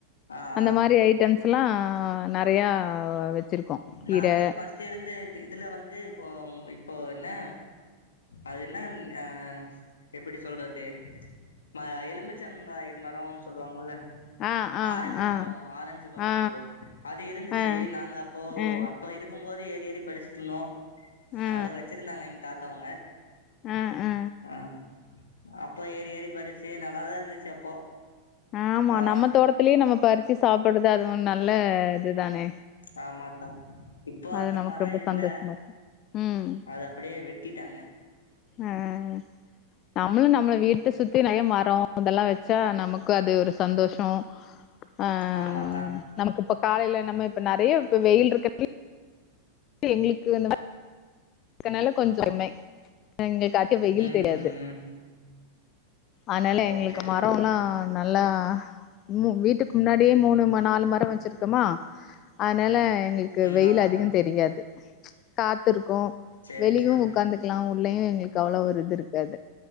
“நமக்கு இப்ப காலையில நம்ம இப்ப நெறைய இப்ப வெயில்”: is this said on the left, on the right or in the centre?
Left